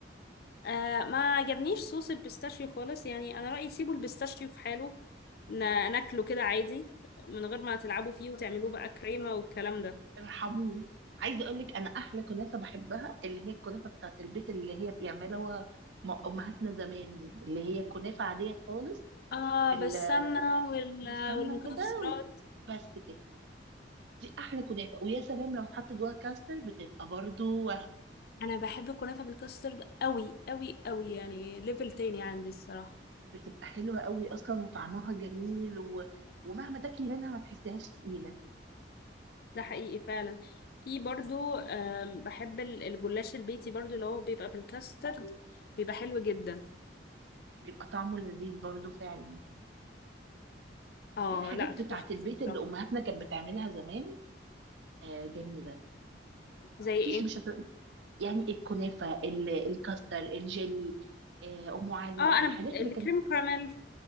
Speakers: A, on the left; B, on the right.
A: آه ما عجبنيش صوص البيستاشيو خالص يعني انا رأيي سيبوا البيستاشيو في حاله ن- ناكله كده عادي من غير ما تلعبوا فيه وتعملوه بقى كريمة والكلام ده
B: ارحموه عايزة اقول لك انا احلى كنافة بحبها اللي هي الكنافة بتاعت البيت اللي هي بيعملها م- امهاتنا زمان دي اللي هي كنافة عادية خالص
A: اه
B: بال
A: بالسمنة وال-
B: بالسمنة
A: والمكسرات
B: كده و- بس كده دي احلى كنافة ويا سلام لو اتحط جواها كاستر بتبقى برضو وهم
A: انا بحب الكنافه بالكاسترد قوي قوي قوي يعني ليفل تاني عندي الصراحه
B: بتبقى حلوة قوي اصلا وطعمها جميل و... ومهما تاكلي منها ما تحسيهاش تقيلة
A: ده حقيقي فعلا في برضو آم، بحب ال- الجلاش البيتي برضو اللي هو بيبقى بالكاسترد بيبقى حلو جدا
B: بيبقى طعمه لذيذ برضو فعلا
A: اه
B: هي الحاجات
A: لا تحفة
B: بتاعة البيت
A: بصراحة
B: اللي أمهاتنا كانت بتعملها زمان آه جميلة
A: زي
B: مفيش
A: ايه
B: مش هت... يعني الكنافة ال- الكاستر الجيلي آه أم علي
A: اه انا
B: الحاجات
A: ب- الكريم
B: اللي كانت
A: كراميل